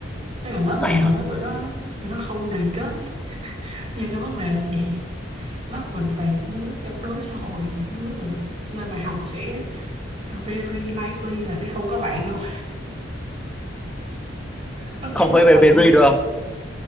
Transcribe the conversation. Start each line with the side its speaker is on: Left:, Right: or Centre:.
Right: Tức là lớp
Centre: vậy
Right: mình
Centre: hả
Right: hồi đó tụi nó tụi nó không đoàn kết. Nhưng cái vấn đề là gì? Lớp mình toàn những đứa chống đối xã hội, những đứa gọi là lên đại học sẽ very likely là sẽ không có bạn không? Tôi nghĩ
Centre: không
Right: lớp
Centre: phải very
Right: mình là
Centre: very đâu không